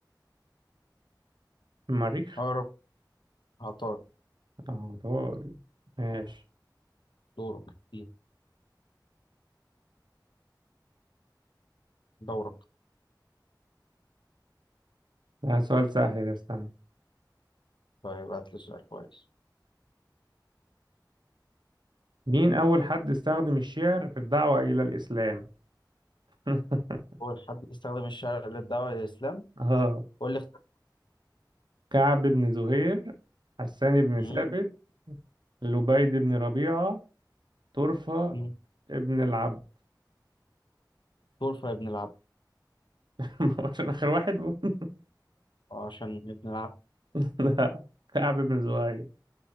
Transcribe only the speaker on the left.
اقرب عطارد
دورك إيه؟ دورك
طيب هات لي سؤال كويس
اول حد استخدم الشرع للدعوه للاسلام
قول لي اخت-
مم.
مم.
دور في ابن العبد
آه، عشان ابن العبد